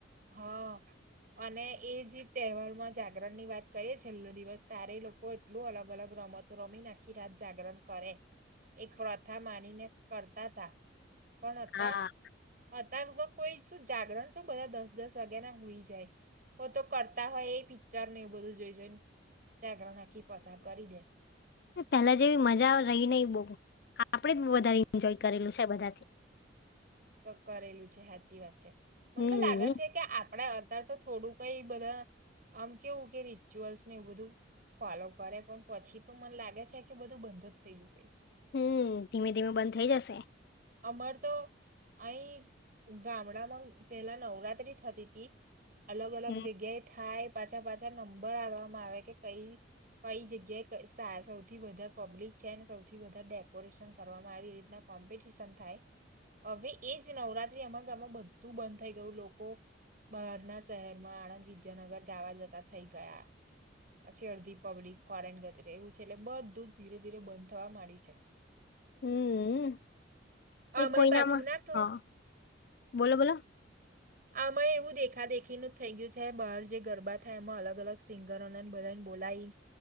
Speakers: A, on the right (about 50°); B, on the left (about 55°).
A: હા. અને એ જ તહેવાર માં જાગરણ ની વાત કરીએ છેલ્લો દિવસ તારે લોકો એટલું અલગ અલગ રમતો રમી નાખી રાત જાગરણ કરે એક પ્રથા માનીને કરતા તા પણ અતાર
B: હા.
A: અતાર તો કોઈ શું જાગરણ શું બધા દસ દસ વાગ્યા ના હુઈ જાય ઓ તો કરતા હોય એ પિક્ચર ને એવું બધું જોઈ જોઈને જાગરણ આખી પસાર કરી દે.
B: પેલા જેવી મજા રય નય બો, આપળે જ વધારે એન્જોય કરેલું છે બધાથી.
A: તો કરેલું છે હાચી વાત છે મન
B: હમ્મ.
A: તો લાગે છે કે આ પળા અત્યર તો થોડું કઈ બધા આમ કેવું કે રિચ્યુઅલ્સ ને એ બધું. ફોલો કરે પણ પછી તો મને લાગે છે કે બધું બંધ જ થઈ જશે.
B: હમ્મ, ધીમે ધીમે બંધ થઇ જશે.
A: અમાર તો અઈ ગામડામાં પેલાં નવરાત્રિ થતી તી અલગ અલગ
B: હમ્મ.
A: જગ્યાએ થાય પાછા પાછા નંબર હાલવામાં આવે કે કઈ કઈ જગ્યાએ કઈ સાર સૌથી વધારે પબ્લિક છે, ને સૌથી વધારે ડેકોરેશન કરવામાં આવી રીતના કોમ્પિ ટિશન થાય, અવે એ જ નવરાત્રી અમાર ગામમાં બધું બંધ થઈ ગયું, લોકો બારના શેહેરમાં, આણંદ, વિદ્યાનગર ગાવા જતા થઈ ગયા. પછી અળધી પબ્લિક ફોરેન ગતી રય એવું છે એટલે બધું જ ધીરે ધીરે બંધ થવા માંડ્યું છે.
B: હમ્મ અ,
A: આમાંય
B: એ કોઈ
A: પાછું
B: નામાં
A: ના તો
B: હા બોલો બોલો.
A: આમાંએ એવું દેખા દેખીનું થઈ ગ્યું છે બાર જે ગરબા થાય એમાં અલગ અલગ સિંગ ગરોને બધાને બોલાઈ